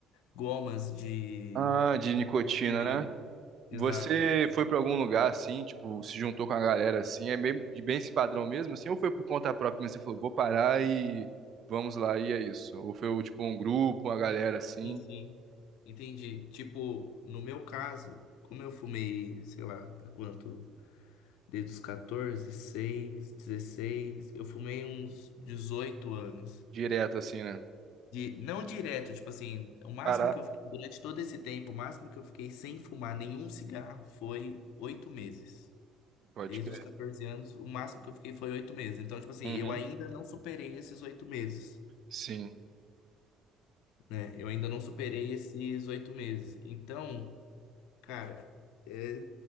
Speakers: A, on the left; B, on the right.
A: gomas de,
B: Ah, de
A: de
B: nicotina,
A: nicotina aí.
B: né?
A: Exato.
B: Você foi pra algum lugar assim, tipo, se juntou com a galera assim, é bem, de bem esse padrão mesmo, assim, ou foi por conta própria, mas você falou, vou parar e vamos lá, e é isso? Ou foi tipo um grupo, uma galera assim,
A: Sim, sim. Entendi. Tipo, no meu caso, como eu fumei, sei lá, há quanto? Desde os 14, 6, 16, eu fumei uns 18 anos.
B: direto assim, né?
A: De, não direto, tipo assim, o máximo
B: Parar,
A: que eu fiquei, durante todo esse tempo, o máximo que eu fiquei sem fumar nenhum cigarro foi oito meses.
B: pode
A: Desde
B: crer.
A: os 14 anos, o máximo que eu fiquei foi oito meses. Então, tipo assim,
B: Uhum.
A: eu ainda não superei esses oito meses,
B: Sim.
A: né? Eu ainda não superei esses oito meses. Então, cara, é...